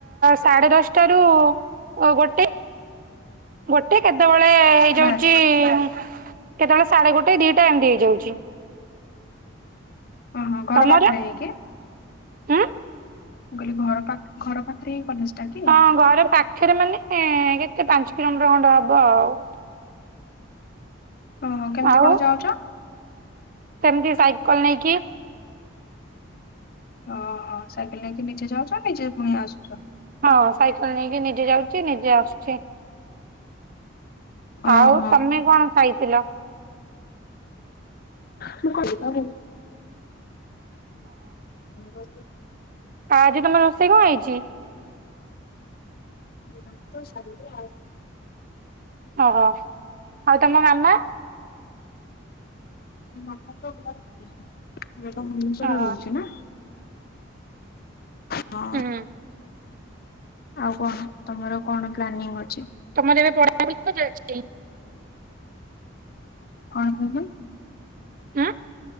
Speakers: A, on the right (about 40°); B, on the left (about 45°).
A: ସାଢ଼େ ଦଶଟାରୁ ଗୋଟେ। ଗୋଟେ କେତେବେଳେ ହେଇଯାଉଛି
B: ବାଏ
A: କେତେବେଳେ ସାଢ଼େ ଗୋଟେ ଦିଟା ଏମତିହେଇଯାଉଛି।
B: ଓହୋ ଘର
A: ତମର
B: ପାଖରେ ହେଇକି
A: ଉଁ
B: ମୁଁ କହିଲି ଘର ଘର ପାଖରେ ହିଁ କଲେଜ ଟା କି?
A: ହଁ ଘର ପାଖରେ ମାନେ କେତେ ପାଞ୍ଚ କିଲୋମିଟର ଖଣ୍ଡ ହବ ଆଉ
B: ଓହୋ, କେମିତି
A: ଆଉ
B: କଣ ଯାଉଛ?
A: ସେମିତି ସାଇକଲ ନେଇକି।
B: ଓହୋ, ସାଇକେଲ ନେଇକି ନିଜେ ଯାଉଛ, ନିଜେ ପୁଣି ଆସୁଛ।
A: ହଁ ସାଇକେଲ ନେଇକି ନିଜେ ଯାଉଛି, ନିଜେ ଆସୁଛି
B: ଓହୋ।
A: ଆଉ ତମେ କଣ ଖାଇଥିଲ?
B: ମୁ କହିଲି ଏ ରୋଷେଇ
A: ଆ ଆଜି ତମର ରୋଷେଇ କଣ ହେଇଛି?
B: <unintelligible>
A: ଓହୋ! ଆଉ ତୋମ ମାମା?
B: ମାମା ତ ଘରେ। ମୁଁ ତ ଭୁବନେଶ୍ଵରରେ
A: ଓହୋ
B: ରହୁଛି ନା। ହଁ।
A: ହୁଁ
B: ଆଉ କଣ ତୋମର କଣ ପ୍ଲାନିଂ ଅଛି?
A: ତୋମର ଏବେ ପଢାପଢି <unintelligible> ଚାଲିଛି।
B: କଣ କହିଲେ?
A: ଆଁ,